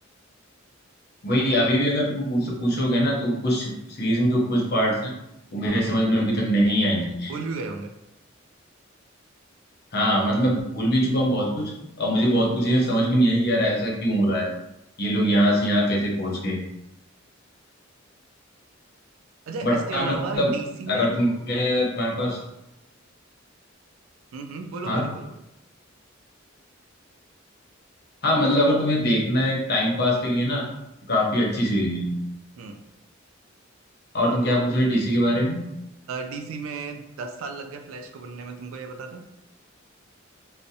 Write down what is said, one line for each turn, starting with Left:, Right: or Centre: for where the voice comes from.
Left: वही अभी भी अगर तुम पूछ पूछोगे ना तो कुछ सीरीज में जो कुछ पार्ट्स हैं वो मेरे
Right: वो तो
Left: समझ
Right: तुम भूल
Left: में
Right: गए
Left: अभी
Right: होंगे
Left: तक नहीं आई हैं।
Right: भूल भी गए होंगे
Left: हाँ मतलब मैं भूल भी चुका हूँ बहुत कुछ और मुझे बहुत कुछ ये समझ भी नहीं आई कि यार ऐसा क्यों हो रहा है ये लोग यहाँ से यहाँ कैसे पहुंच गए
Right: अच्छा
Left: बट
Right: इसके
Left: हाँ
Right: अलावा
Left: मतलब
Right: डीसी
Left: अगर
Right: में
Left: तुम्हें अगर तुम्हारे पास
Right: हम्म हम्म बोलो
Left: हाँ
Right: बोलो बोलो बोलो
Left: हाँ मतलब अगर तुम्हें देखना है टाइम पास के लिए ना तो काफी
Right: हम्म
Left: अच्छी सीरीज है ये।
Right: हम्म
Left: और तुम क्या पूछ रहे डीसी के बारे में
Right: डीसी में दस साल लग गए फ्लैश को बनने में तुमको ये पता था